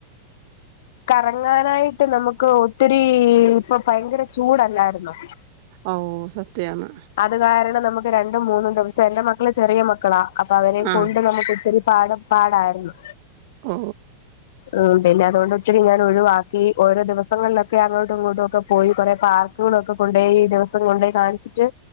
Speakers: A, on the left (about 55°); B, on the right (about 45°).
A: കറങ്ങാനായിട്ട് നമുക്ക് ഒത്തിരി ഇപ്പൊ ഭയങ്കര ചൂടല്ലായിരുന്നോ
B: ഓ സത്യാന്ന്
A: അത് കാരണം നമുക്ക് രണ്ടും മൂന്നും ദിവസം എന്റെ മക്കള് ചെറിയ മക്കളാ അപ്പൊ അവരെ
B: ആഹ്
A: കൊണ്ട് നമുക്ക്‌ ഒത്തിരി പാട പാടായിരുന്നു
B: ഓ
A: ഉം പിന്നെ അതുകൊണ്ട് ഒത്തിരി ഞാൻ ഒഴിവാക്കി ഓരോ ദിവസങ്ങളിലൊക്കെ അങ്ങോട്ടും ഇങ്ങോട്ടും ഒക്കെ പോയി കുറെ പാർക് ക്കുകളൊക്കെ കൊണ്ടുപോയി ദിവസം കൊണ്ടോയി കാണിച്ചിട്ട്